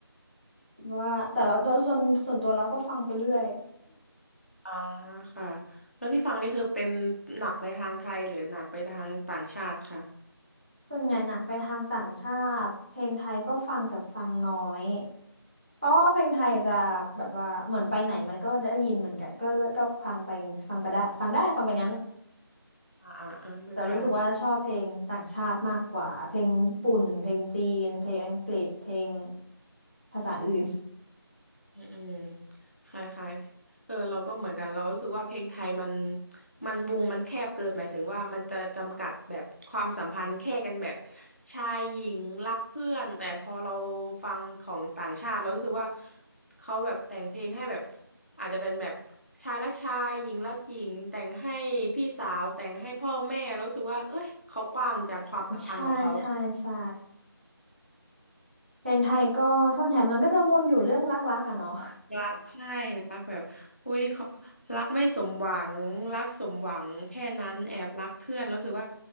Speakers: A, on the right; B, on the left.
A: ว่าแต่เราโดยส่วนส่วนตัวเราก็ฟังไปเรื่อย
B: อ่าค่ะแล้วที่ฟังนี่คือเป็นหนักไปทางไทยหรือหนักไปทางต่างชาติค่ะ
A: ส่วนใหญ่หนักไปทางต่างชาติเพลงไทยก็ฟังแต่ฟังน้อยเพราะว่าเพลงไทยจะแบบว่าเหมือนไปไหนมันก็ได้ยินเหมือนกันก็ก็ฟังไปฟังไปได้ฟังได้ฟังไปงั้น
B: อ่าอ่าเออเหมือนกัน
A: แต่รู้สึกว่าชอบเพลงต่างชาติมากกว่าเพลงญี่ปุ่นเพลงจีนเพลงอังกฤษเพลงภาษาอื่น
B: อืมอืมคล้ายๆเออเราก็เหมือนกันเรารู้สึกว่าเพลงไทยมันมันวงมันแคบเกินหมายถึงว่ามันจะจำกัดแบบความสัมพันธ์แค่กันแบบชายหญิงรักเพื่อนแต่พอเราฟังของต่างชาติเรารู้สึกว่าเขาแบบแต่งเพลงให้แบบอาจจะเป็นแบบชายรักชายหญิงรักหญิงแต่งให้พี่สาวแต่งให้พ่อแม่แล้วรู้สึกว่าเอ้ยเขากว้างจังความสัมพันธ์ของเขา
A: <laughs> ใช่ใช่ใช่เพลงไทยก็ส่วนใหญ่มันก็จะวนอยู่เรื่องรักๆกันเนาะ
B: รักใช่รักแบบอุ้ยเขารักไม่สมหวังรักสมหวังแค่นั้นแอบรักเพื่อนแล้วรู้สึกว่า